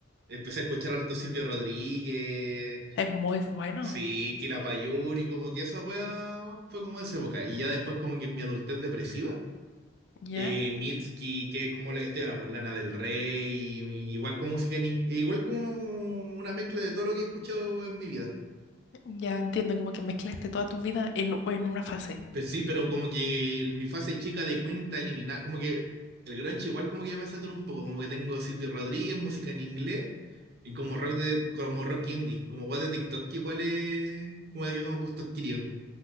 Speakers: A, on the right; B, on the left.
A: Empecé a escuchar harto Silvio Rodríguez,
B: Es muy bueno,
A: sí, Quilapayún Payuri, como que esa weá fue como de esa época. Y ya después, como que en mi adultez depresiva,
B: ¿ya?
A: eh, Mitski, que es como la que estoy ahora, por Lana del Rey, y- igual con música, en in- igual como una mezcla de todo lo que he escuchado en mi vida.
B: Ya entiendo como que mezclaste toda tu vida en, en una fase.
A: Pues sí, pero como que mi fase chica de Queen está eliminada. Como que el grunge igual como que ya me satura un poco. Como que tengo Silvio Rodríguez, música en inglés, y como rock de, como rock indie, como guay de TikTok, que igual es como de que como gusto adquirido.